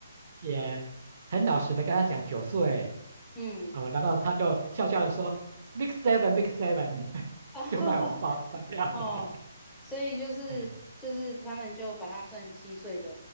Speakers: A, on the right (about 45°); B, in the centre.
A: 也很老实的跟他讲九岁。
B: 嗯，
A: 哦，然后他就笑笑的说，Big Seven Big Seven，<laughs>
B: <laughs>
A: 就卖我们报发票了。
B: 哦哦，所以就是就是他们就把它算七岁的
A: <laughs> 哎，